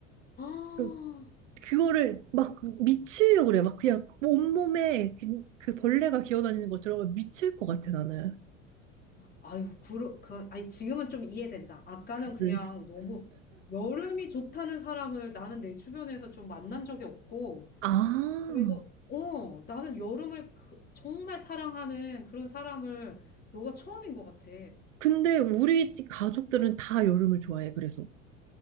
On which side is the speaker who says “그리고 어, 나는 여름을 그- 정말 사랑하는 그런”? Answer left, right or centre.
Left